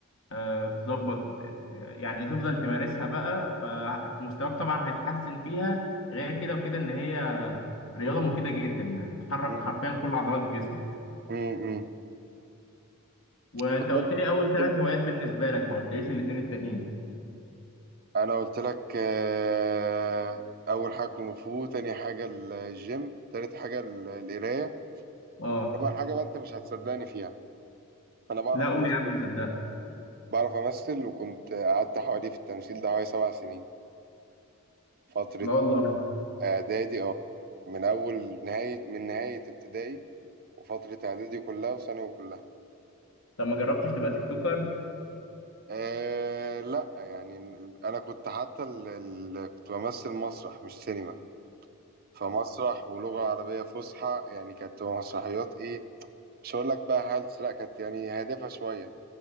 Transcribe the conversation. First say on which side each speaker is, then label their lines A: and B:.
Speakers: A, on the left; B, on the right.
A: آه، تظبط يعني تفضل تمارسها بقى فمستواك طبعا هيتحسن فيها غير كده وكده ان هي رياضه مفيده جدا يعني بتحرك
B: مم.
A: حرفيا كل عضلات جسمك
B: مم. مم.
A: وانت
B: خد
A: قلت
B: بالك
A: لي اول ثلاث
B: انت.
A: هوايات بالنسبه لك ما قلتليش الاثنين التانيين
B: انا قلت لك آه، اول حاجة كونغ فو تاني حاجة الجيم تالت حاجة ال- القراية
A: اه
B: رابع حاجة بقى انت مش هتصدقني فيها انا بعرف
A: لا قول
B: امثل
A: يا عم صدق
B: بعرف امثل وكنت قعدت حوالي في التمثيل ده حوالي سبع سنين فترة
A: لا والله
B: اعدادي اه من اول نهاية من نهاية ابتدائي وفترة اعدادي كلها وثانوي كلها
A: طب ما جربتش تبقى تيك توكر
B: آه لا يعني انا كنت حتى ال... ال... كنت بمثل مسرح مش سينما فمسرح ولغة عربية فصحى يعني كانت تبقى مسرحيات ايه مش هقول لك بقى هلس لا كانت يعني هادفة شوية